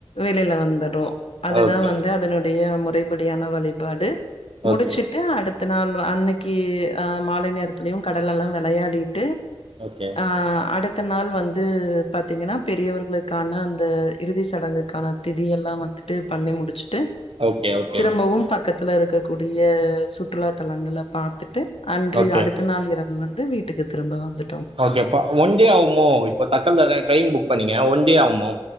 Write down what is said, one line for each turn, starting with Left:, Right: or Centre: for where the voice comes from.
Left: வெளில வந்துடும் அதுதான்
Right: ஓகே
Left: வந்து
Right: ஓகே
Left: அதனுடைய முறைப்படியான வழிபாடு முடிச்சுட்டு
Right: ஓகே
Left: அடுத்து த்த நாள் அன்னைக்கு மாலை நேரத்து தியு கடலெல்லா விளையாடி ட்டு
Right: ஓகே
Left: அஹ் அடு இத்தன நாள் வந்து பாத்தீங்கன்னா பெரியவர்களுக்கான அந்த இறுதி சடங்க்குகாண திதி யல்லா வந்துட்டு பண்ணி முடிச்சுட்டு
Right: ஓகே ஓகே
Left: திரும்பவும் பக்கத் இதுல இருக்ககூடிய சுற்றுலா தலங்கள பாத்துட்டு அன்று
Right: ஓகே
Left: அடுத்த நாள் இரவு வந்து வீட்டுக்கு திரும்ப வந்து
Right: ஓகேப்பா ஒன் டே ஆகுமோ இப்ப தக்கல தான் ட்ரெயின் புக் இப்ப நீங்க ஒண்டியே ஆகுமோ